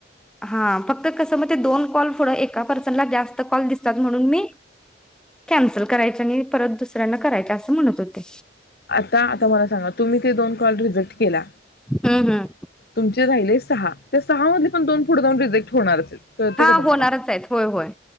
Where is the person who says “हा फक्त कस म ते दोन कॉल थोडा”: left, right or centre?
Centre